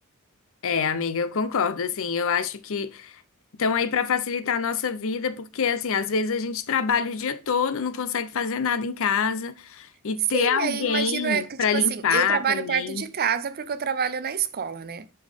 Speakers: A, on the left (about 60°); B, on the right (about 45°).
A: É, amiga, eu concordo. Assim, eu acho que. Então, aí, para facilitar a nossa vida, porque, assim, às vezes a gente trabalha o dia todo, não consegue fazer nada em casa, e
B: Sim,
A: ter alguém
B: aí imagino é que, tipo
A: para limpar
B: assim, eu trabalho
A: também,
B: perto de casa porque eu trabalho na escola, né.